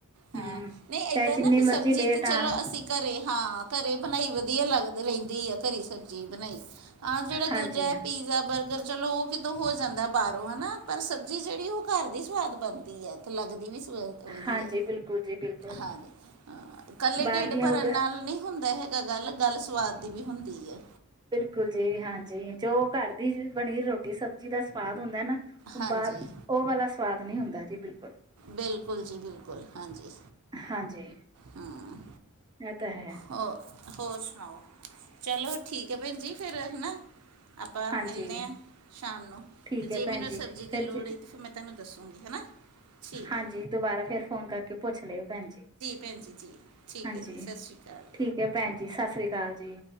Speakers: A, on the right (about 85°); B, on the right (about 20°).
A: ਹਾਂ
B: ਹੂੰ
A: ਨਹੀਂ ਏਦਾਂ
B: ਚਾਹੇ ਜਿੰਨੀ
A: ਨਾ ਵੀ ਸਬਜ਼ੀ
B: ਮਰਜ਼ੀ ਲੇਟ
A: ਤੇ ਚਲੋ
B: ਆਣ
A: ਅਸੀਂ ਕਰ ਘਰੇ ਹਾਂ ਘਰੇ ਬਣਾਈ ਵਧੀਆ ਲੱਗ ਰਹਿਣਦੀ ਆ ਘਰੇ ਸਬਜ਼ੀ ਬਣਾਈ ਹਾਂ ਜਿਹੜਾ ਦੂਜਾ
B: ਹਾਂਜੀ
A: ਹੈ ਪੀਜ਼ਾ ਬਰਗਰ ਚਲੋ ਉਹ ਹੋ ਜਾਂਦਾ ਬਾਹਰੋਂ ਹਨਾ ਪਰ ਸਬਜ਼ੀ ਜਿਹੜੀ ਉਹ ਘਰ ਦੀ ਸਵਾਦ ਬਣਦੀ ਹੈ ਤੇ ਲੱਗਦੀ ਵੀ ਤਾਂ ਉਹੀ
B: ਹਾਂਜੀ
A: ਹੈ
B: ਬਿਲਕੁਲ ਜੀ ਬਿਲਕੁਲ
A: ਹਾਂਜੀ, ਹਾਂ, ਇਕੱਲੇ
B: ਬਾਹਰ
A: ਢਿੱਡ
B: ਦੀਆਂ
A: ਭਰਨ
B: ਉਗ
A: ਨਾਲ ਨਹੀਂ ਹੁੰਦਾ ਹੈਗਾ, ਗੱਲ, ਗੱਲ ਸਵਾਦ ਦੀ ਵੀ ਹੁੰਦੀ ਐ।
B: ਬਿਲਕੁਲ ਜੀ, ਹਾਂਜੀ, ਜੋ ਘਰ ਦੀ ਬਨੀ ਰੋਟੀ ਸਬਜ਼ੀ ਦਾ ਸਵਾਦ ਹੁੰਦਾ ਨਾ ਔ
A: ਹਾਂਜੀ
B: ਬਾਹਰ, ਔ ਵਾਲਾ ਸਵਾਦ ਨੀ ਹੁੰਦਾ ਜੀ, ਬਿਲੁ
A: ਬਿਲਕੁਲ ਜੀ ਬਿਲਕੁਲ ਹਾਂਜੀ
B: ਹਾਂਜੀ।
A: ਹਮ
B: ਇਹ ਤਾਂ ਹੈ
A: ਹੋਰ ਹੋਰ ਸੁਣਾਓ। ਚਲੋ ਠੀਕ ਹੈ, ਭੈਣ ਜੀ, ਫਿਰ ਹੈ ਨਾ। ਆਪਾਂ
B: ਹਾਂਜੀ
A: ਮਿਲਦੇ ਹਾਂ, ਸ਼ਾਮ ਨੂੰ,
B: ਠੀਕ
A: ਅਤੇ ਜੇ
B: ਹੈ ਭੈਣ
A: ਮੈਨੂੰ
B: ਜੀ
A: ਸਬਜ਼ੀ
B: ਫਿਰ
A: ਦੀ ਲੋੜ
B: ਜ
A: ਹੋਈ ਤੇ ਫਿਰ ਮੈਂ ਤੁਹਾਨੂੰ ਦਸੁੰਗੀ, ਹੈ ਨਾ। ਠੀਕ
B: ਹਾਂਜੀ,
A: ਹੈ
B: ਦੁਬਾਰਾ ਫ਼ਿਰ ਫੋਨ ਕਰਕੇ ਪੁੱਛ ਲਿਓ ਭੈਣ ਜੀ,
A: ਭੈਣ ਜੀ ਜੀ
B: ਹਾਂਜੀ
A: ਹੈ ਜੀ
B: ਠੀਕ।
A: ਸਤਿ ਸ਼੍ਰੀ ਅਕਾਲ
B: ਠੀਕ ਹੈ, ਭੈਣ ਜੀ ਸਤਿ ਸ੍ਰੀ ਅਕਾਲ ਜੀ।